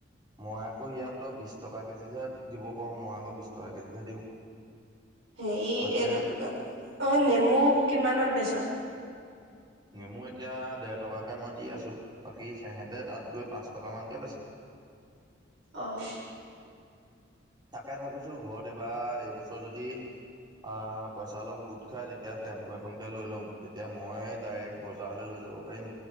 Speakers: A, on the right (about 20°); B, on the right (about 65°).
A: মই আকৌ ইয়াতো বিশ টকা কেজিতহে দিব পাৰোঁ। মই আকৌ বিশ টকা কেজিতহে দিওঁ।
B: হেৰি,
A: তাকে
B: এইটো অ, নেমু কিমানত বেচাম?
A: নেমু এতিয়া দেৰ টকাকে মই দি আছো। বাকী সেহেঁতে তাত গৈ পাঁচ টকা মানকে বেচে।
B: অ।
A: তাকে ভাবিছো ঘৰত এইবাৰ, এইবছৰ যদি, অ' পইচা অলপ গোট খাই তেতিয়া টেম্পু এখনকে লৈ ল'ম। তেতিয়া মই ডাইৰেক্ট বজাৰ লৈ যাম। যাব পাৰিম।